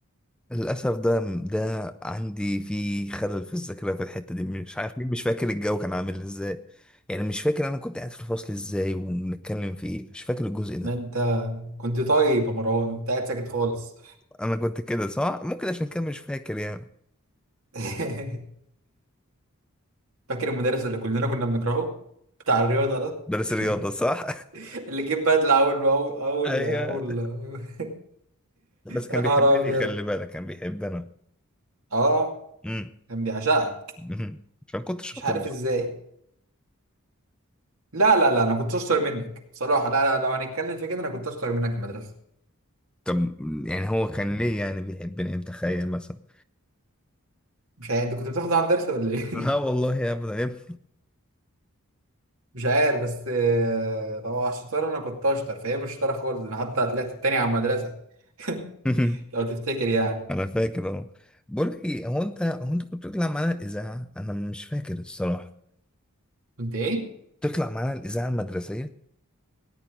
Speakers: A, in the centre; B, on the right.
A: للأسف ده ده عندي في خلل في الذاكرة في الحتة دي مش عارف ليه مش فاكر الجو كان عامل ازاي يعني مش فاكر أنا كنت قاعد في الفصل ازاي وبنتكلم في ايه مش فاكر الجزء ده
B: ان انت كنت طيب يا مروان انت قاعد ساكت خالص
A: أنا كنت كده صح ممكن عشان كده مش فاكر يعني
B: <laughs> فاكر المدرس اللي كلنا كنا بنكرهه بتاع الرياضة ده
A: درس
B: <laughs>
A: رياضة صح
B: اللي جيب بدلة اول ما اول اول
A: <laughs> أيوه
B: اول <laughs>
A: بس كان
B: يا نهار
A: بيحبني
B: ابيض
A: خلي بالك كان بيحبنا
B: اه
A: أمم.
B: كان بيعشقك
A: أمم. <laughs> عشان كنت شاطر
B: مش عارف
A: برضه.
B: ازاي لا لا لا انا كنت اشطر منك بصراحة لا لا لو هنتكلم في كده انا كنت اشطر منك في المدرسة
A: طب يعني هو كان ليه يعني بيحبني متخيل مثلا
B: مش عارف انت كنت بتاخد عن درس ولا ايه
A: لا والله
B: <laughs>
A: أبدا يا
B: مش عارف بس آه، لو على الشطاره انا كنت اشطر فهي مش شطاره خالص انا حتى طلعت التاني على المدرسه <laughs>
A: ابني <laughs>
B: لو تفتكر يعني
A: انا فاكر اهو بقول لك ايه هو انت هو انت كنت بتطلع معانا الاذاعه انا مش فاكر الصراحه
B: كنت ايه
A: بتطلع معانا الاذاعه المدرسيه